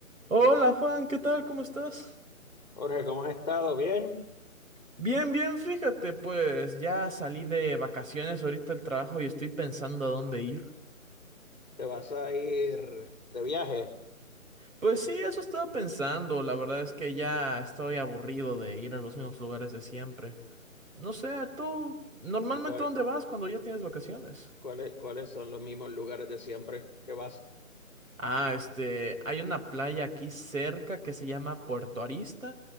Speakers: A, on the right (about 65°); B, on the left (about 30°).
A: Hola Juan, ¿qué tal? ¿Cómo estás?
B: Jorge, ¿cómo has estado? ¿Bien?
A: Bien, bien, fíjate, pues ya salí de vacaciones ahorita del trabajo y estoy pensando a dónde ir.
B: ¿Te vas a ir de viaje?
A: Pues sí, eso estaba pensando, la verdad es que ya estoy aburrido de ir a los mismos lugares de siempre. No sé, tú normalmente
B: ¿Y cuál-
A: ¿dónde vas cuando ya tienes vacaciones?
B: cuáles cuáles son los mismos lugares de siempre que vas?
A: Ah, este, hay una playa aquí cerca que se llama Puerto Arista,